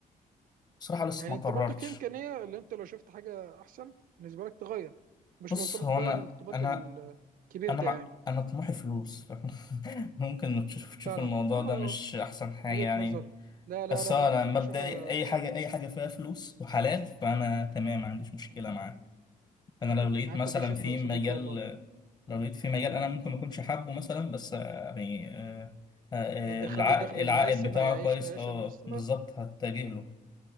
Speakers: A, on the left; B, on the right.
A: بصراحة لسه
B: يعني انت
A: ما قررتش
B: برضك في امكانيه اللي انت لو شفت حاجه احسن بالنسبه لك تغير مش
A: بص
B: مرتبط
A: هو
B: بقى
A: انا
B: الارتباط
A: انا
B: الكبير
A: انا
B: ده
A: مع...
B: يعني
A: انا طموحي فلوس <laughs> فاهم؟ ممكن تشوف تشوف
B: فعلا
A: الموضوع
B: اه
A: ده مش احسن حاجة
B: وجهه
A: يعني
B: نظر لا لا
A: بس
B: لا
A: هو
B: لا
A: انا مبدئي
B: اشوفها
A: اي حاجة اي حاجة فيها فلوس وحلال فانا تمام ما عنديش مشكلة معاه انا
B: اتفق
A: لو لقيت
B: معاك
A: مثلا
B: وبشده
A: في
B: يا صديقي
A: مجال
B: والله
A: لو لقيت في مجال انا ممكن ما اكونش حابه مثلا بس يعني آه، آه،
B: هيدخل
A: العائد
B: لي الدخل
A: العائد
B: المناسب
A: بتاعه
B: هيعيشني
A: كويس
B: العيشه
A: اه
B: المسلمه
A: بالظبط هتجه له